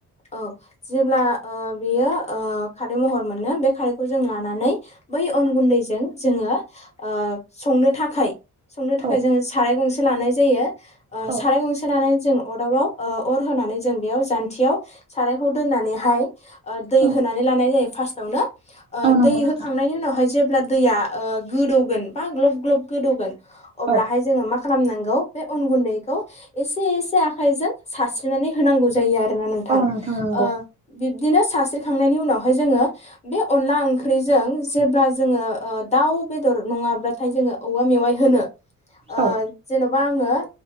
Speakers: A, on the left; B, on the right.
A: औ जेब्ला ओ बेयो ओ खारै महर मोनो बे खारैखौ जों लानानै बै अन गुन्दैजों जोङो ओ संनो थाखाय संनो थाखाय
B: औ
A: जोङो साराय गंसे लानाय जायो ओ
B: औ
A: साराय गंसे लानानै जों अरदाबाव ओ अर होनानै जों बेयाव जान्थियाव सारायखौ दोननानैहाय ओ दै
B: औ
A: होनानै लानाय जायो फार्स्टआवनो ओ
B: औ नंगौ
A: दै
B: नोंथां
A: होखांनायनि उनावहाय जेब्ला दैया ओ गोदौगोन बा ग्लब ग्लब गोदौगोन अब्लाहाय
B: औ
A: जोङो मा खालामनांगौ बे अन गुन्दैखौ एसे एसे आखाइजों सारस्रिनानै होनांगौ जायो आर दोरना नोंथां
B: औ नंगौ
A: ओ बिब्दिनो सास्रिखांनायनि उनावहाय जोङो बे अनला ओंख्रिजों जेब्ला जोङो ओ दाउ बेदर नङाब्लाथाय जोङो औवा मेवाइ होनो ओ
B: औ
A: जेन'बा आङो